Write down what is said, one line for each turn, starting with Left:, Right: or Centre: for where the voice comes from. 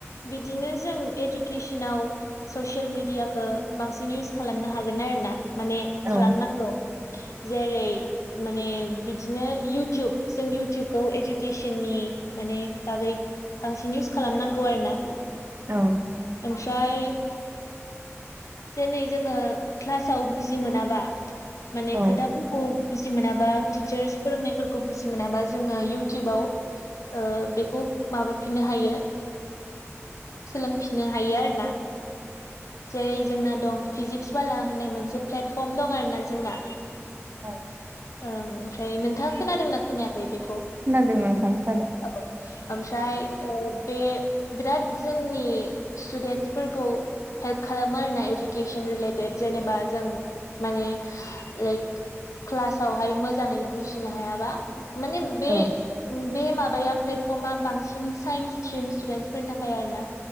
Left: बिदिनो जों इडुकेसनाव ससियेल मिडियाखौ बांसिन इउस खालामनो हागोन आरोना। माने
Right: औ
Left: खालामनांगौ, जेरै माने बिदिनो इउटुब जों इउटुबखौ इडुकेसननि माने बागै बांसिन इउस खालामनांगौ आरोना।
Right: औ
Left: ओमफ्राय जेनै जोङो क्लासाव बुजि मोनाबा माने
Right: औ
Left: खोथाफोरखौ बुजि मोनाबा टिचार्स फोरोंनायफोरखौ बुजि मोनाबा जोङो इउटुबाव ओ बेखौ माबाफिननो हायो सोलोंफिननो हायो आरो ना जेरै जोंना दं फिजिक्स बाला होननाय मोनसे प्लेटफर्म दं आरोना जोंना
Right: औ
Left: ओम ओमफ्राय नोंथाङा खोनादोंना खोनायाखै बेखौ
Right: खोनादों नोंथां खोनादों
Left: औ ओमफ्राय औ बे बिराद जोंनि स्टुडेन्टसफोरखौ हेल्प खालामो आरोना इडुकेसन रिलेटेड जेनेबा जों माने लाइक क्लासावहाय मोजाङै बुजिनो हायाबा माने बे
Right: औ
Left: बे माबाया प्लेटफर्मा बांसिन साइन्स स्ट्रिम स्टुदेन्टसफोरनि थाखाय आरोना